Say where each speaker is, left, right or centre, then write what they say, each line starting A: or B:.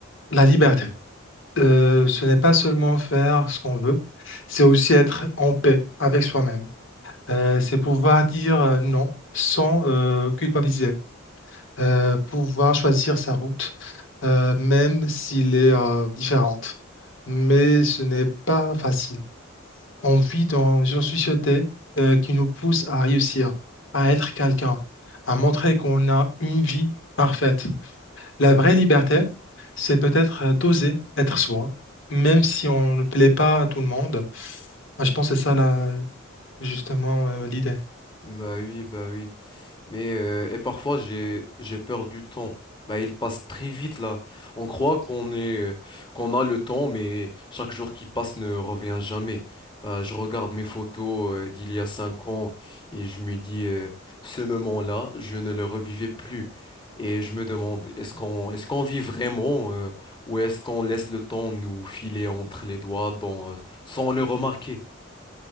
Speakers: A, on the left; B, on the left.
A: la liberté. Euh, ce n'est pas seulement faire ce qu'on veut, c'est aussi être en paix avec soi-même. Euh, c'est pouvoir dire euh, non sans euh, culpabiliser, Euh, pouvoir choisir sa route, euh, même s'il est euh, différente. Mais ce n'est pas facile. On vit dans une société euh, qui nous pousse à réussir, à être quelqu'un, à montrer qu'on a une vie parfaite. La vraie liberté, c'est peut-être euh, d'oser être soi, même si on ne plaît pas à tout le monde. Moi, Je pense que c'est ça, là, justement, euh, l'idée.
B: Bah oui, bah oui. Mais euh, et parfois j'ai j'ai peur du temps. Bah, il passe très vite là. On croit qu'on est euh, qu'on a le temps, mais chaque jour qui passe ne revient jamais. Bah, je regarde mes photos euh, d'il y a cinq ans et je me dis euh, ce moment-là, je ne le revivais plus. Et je me demande, est-ce qu'on est-ce qu'on vit vraiment euh, ou est-ce qu'on laisse le temps nous filer entre les doigts dans- sans le remarquer?